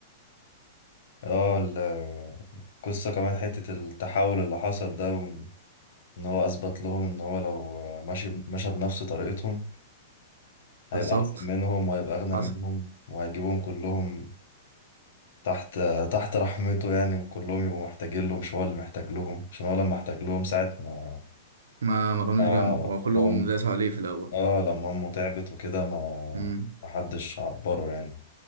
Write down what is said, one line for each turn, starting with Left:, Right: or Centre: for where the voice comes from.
Left: اه القصة كمان حتة التحول اللي حصل ده وان إن هو اثبت لهم ان هو لو ماشي مشى بنفس طريقتهم هيبقى
Right: بالظبط
Left: احسن منهم وهيبقى اغنى
Right: حصل
Left: منهم وهيجيبهم كلهم تحت تحت رحمته يعني وكلهم يبقوا محتاجين له مش هو اللي محتاج لهم عشان هو لما احتاج لهم ساعة ما
Right: ما ما كانوش
Left: ما
Right: جنبه وكلهم
Left: ما أم-
Right: داسوا عليه في الاول
Left: اه لما امه تعبت وكده ما
Right: امم
Left: ما حدش عبره يعني